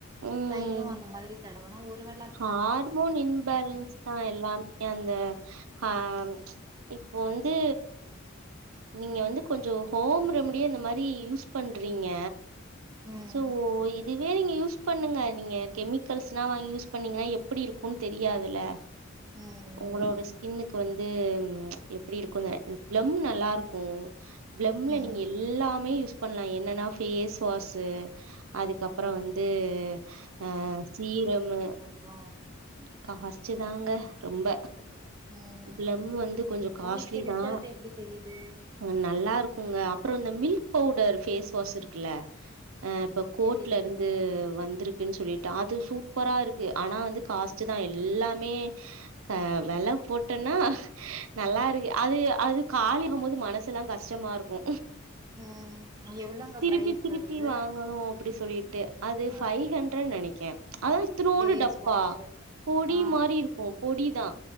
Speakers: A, on the right; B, on the right.
A: ம்.
B: தைலோ அந்த மாரி தடவுனா ஒருவேளா அந்
A: ஹார்மோன் இம்பேலன்ஸ் தா எல்லாமே அந்த ஆ இப்போ வந்து நீங்க வந்து கொஞ்ச ஹோம் ரெமடியா இந்த மாரி யூஸ் பண்றீங்க
B: ம்.
A: சோ இதுவே நீங்க யூஸ் பண்ணுங்க நீங்க கெமிக்கல்ஸ்ல்லா வாங்கி யூஸ் எப்டி இருக்குனு தெரியாதுல
B: ம்,
A: ஒங்களோட
B: ம்,
A: ஸ் கின்னுக்கு வந்து எப்டி இருக்குனு பிளம் நல்லாருக்கு பிளம்ல
B: ம்.
A: நீங்க எல் எல்லாமே யூஸ் பண்லா என்னன்னா ஃபேஸ் வாஸு அதுக்கப்பறோ வந்து ஆ சீரம்மு
B: ஆ
A: காஸ்ட்டு தாங்க ரொம்ப
B: ம்
A: பிளம் வந்து கொஞ்ச காஸ்ட்லி
B: உங்களுக்கு ரிசல்ட்
A: தா
B: எப்படி தெரியுது?
A: அது நல்லா இருக்குங்க அப்பறோ இந்த மில்க் பவுடர் ஃபேஸ் வாஸ் இருக்குல்ல ஆ இப்ப கோர்ட்லருந்து
B: தெரியலைங்களே!
A: வந்துருக் இருக்குன்னு சொல்லிட்டு அது சூப்பரா இருக்கு ஆனா வந்து காஸ்ட்டு தா எல்லாமே க வெல போட் டன்னா நல்லாருக்கு அது அது காலி போது மனசு எல்லா கஷ்டமா இருக்கு
B: ம். எவ்வளோங்க
A: திருப்பி
B: பிரைஸ்
A: திருப்பி
B: வருது?
A: வாங்கணு அப்டி சொல்லிட்டு அது
B: ஆ
A: ஃபைவ் ஹண்டரடு நெனைக்கே அதா இத்துணுண்டு
B: ஃபேஸ்
A: டப்பா
B: வாஷு.
A: பொடி
B: ஆ.
A: மாரி இருக்கு பொடி தா